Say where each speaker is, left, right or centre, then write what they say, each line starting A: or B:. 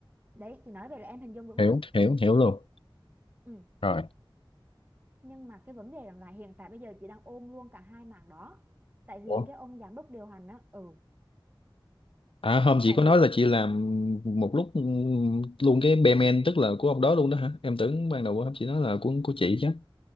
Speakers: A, on the right (about 20°); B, on the left (about 80°).
A: Đấy, chị nói vậy là em hình dung được
B: hiểu
A: đúng không?
B: hiểu hiểu luôn
A: Ừ.
B: rồi
A: Nhưng mà cái vấn đề rằng là hiện tại bây giờ chị đang ôm luôn cả hai mảng đó. Tại
B: Ủa?
A: vì cái ông giám đốc điều hành á, ừ,
B: à hôm chị
A: tại
B: có
A: vì
B: nói là chị làm một lúc ừm, luôn cái bellman tức là của ông đó luôn đó hả em tưởng ban đầu hôm chị nói là của của chị chứ